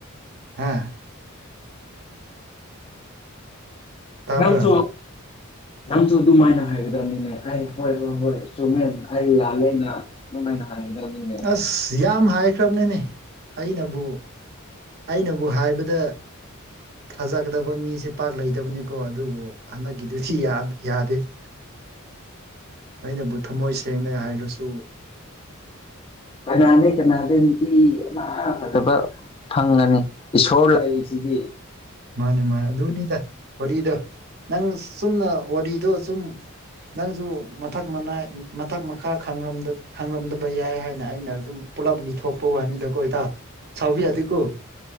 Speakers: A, on the right; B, on the left.
A: ꯍꯥ ꯇꯥꯕ꯭ꯔꯥ
B: ꯅꯪꯁꯨ ꯅꯪꯁꯨ ꯑꯗꯨꯃꯥꯏꯅ ꯍꯥꯏꯒꯗꯕꯅꯤꯅꯦ ꯑꯩ ꯍꯣꯏ ꯍꯣꯏ ꯍꯣꯏ ꯆꯨꯝꯃꯦꯟ ꯑꯩ ꯂꯥꯜꯂꯦꯅ ꯑꯗꯨꯃꯥꯏꯅ ꯍꯥꯏꯒꯗꯕꯅꯤꯅꯦ
A: ꯑꯁ ꯌꯥꯝ ꯍꯥꯏꯈ꯭ꯔꯕꯅꯤꯅꯦ ꯑꯩꯅꯕꯨ ꯑꯩꯅꯕꯨ ꯍꯥꯏꯕꯗ ꯊꯥꯖꯒꯗꯕ ꯃꯤꯁꯦ ꯄꯥꯛ ꯂꯩꯗꯕꯅꯤꯀꯣ ꯑꯗꯨꯕꯨ ꯍꯟꯗꯛꯀꯤꯗꯨꯗꯤ ꯌꯥꯗꯦ <inaudible> ꯑꯩꯅꯕꯨ ꯊꯃꯣꯏ ꯁꯦꯡꯅ ꯍꯥꯏꯔꯁꯨ
B: ꯀꯅꯥ ꯂꯩ ꯀꯅꯥꯗ ꯅꯨꯄꯤ ꯑꯃ ꯐꯖꯕ ꯐꯪꯒꯅꯤ ꯏꯁꯣꯔ ꯂꯩꯔꯤꯁꯤꯒꯤ
A: ꯃꯥꯅꯦ ꯃꯥꯅꯦ ꯑꯗꯨꯅꯤꯗ ꯋꯥꯔꯤꯗꯣ ꯅꯪ ꯁꯨꯝꯅ ꯋꯥꯔꯤꯗꯣ ꯁꯨꯝ ꯅꯪꯁꯨ ꯃꯊꯛ ꯃꯅꯥꯏ ꯃꯊꯛ ꯃꯈꯥ ꯈꯪꯔꯝꯗ ꯈꯪꯔꯝꯗꯕ ꯌꯥꯏ ꯍꯥꯏꯅ ꯑꯩꯅ ꯑꯗꯨꯝ ꯄꯨꯜꯂꯞ ꯂꯤꯊꯣꯛꯄ ꯋꯥꯅꯤꯗꯀꯣ ꯏꯇꯥꯎ ꯁꯥꯎꯕ ꯌꯥꯗꯦꯀꯣ